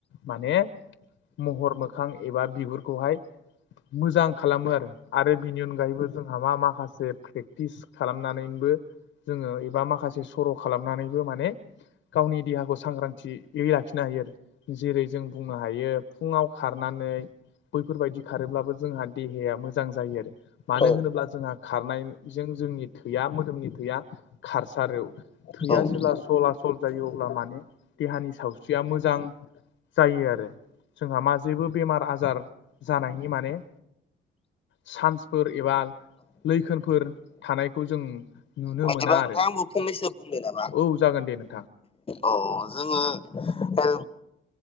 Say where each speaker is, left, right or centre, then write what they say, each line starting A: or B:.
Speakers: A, on the left; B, on the left.
A: माने महर मोखां एबा बिगुरखौहाय मोजां खालामो आरो। आरो बिनि अनगायैबो जोंहा मा माखासे प्रेक्टिस खालामनानैबो जोङो एबा माखासे सर' खालामनानैबो माने गावनि देहाखौ सांग्रांथियै लाखिनो हायो आरो जेरै जों बुंनो हायो फुङाव खारनानै बैफोरबायदि खारोब्लाबो जोंहा देहाया मोजां जायो आरो मानो
B: औ
A: होनोब्ला जोंहा खारनायजों जोंनि थैया मोदोमनि थैया खारसारो। थैया
B: औ
A: जेब्ला सला सल जायो अब्ला माने देहानि सावस्रिया मोजां जायो आरो जोंहा मा जेबो बेमार आजार जानायनि माने चान्सफोर एबा लैखोनफोर थानायखौ जों नुनो
B: बिदिबा
A: मोना
B: नोंथां
A: आरो
B: आंबो फंनैसो बुंनो नामा
A: औ जागोन दे नों
B: औ जोङो ओ